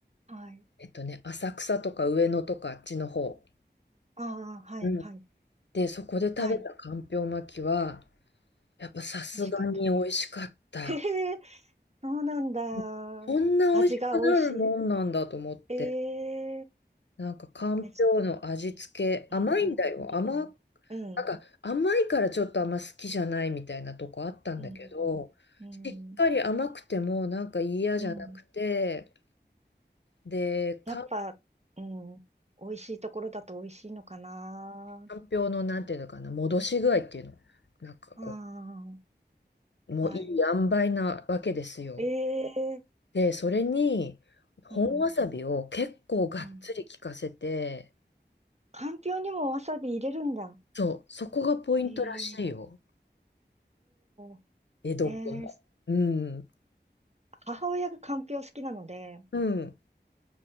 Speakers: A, on the right; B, on the left.
A: はい。
B: えっとね、浅草とか上野とかあっちの方。
A: ああ、はい、
B: うん。
A: はい、
B: で、そこで食べたかんぴょう巻きは、
A: はい。
B: やっぱさすがに美味しかった。
A: 美味しかった。<laughs> へえ、そうなんだ。
B: うんこんな美味しくなるもんなんだと思って。
A: 味が美味しい。え
B: なんかかんぴょうの味付け、
A: ー、え、し
B: 甘いんだよ。
A: うん、うん、
B: 甘
A: うん、うん、
B: なんか甘いからちょっとあんま好きじゃないみたいなとこあったんだけど、
A: うん、うん。
B: しっかり甘くてもなんか嫌じゃなくて、
A: うん
B: で、
A: やっぱ、
B: かん、
A: うん、美味しいところだと美味しいのかな。
B: かんぴょうのなんていうのかな、戻し具合っていうの、なんかこ
A: あ
B: う、もういい塩梅なわけですよ。
A: あ、はい。ええ、
B: で、それに本わさびを結構がっつり効かせて、
A: うん、うん。かんぴょうにもわさび入れるんだ。
B: そう、そこがポイントらしいよ。
A: ええお
B: 江戸っ子の。
A: おええ
B: うん。
A: 母親がかんぴょう好きなので、
B: うん。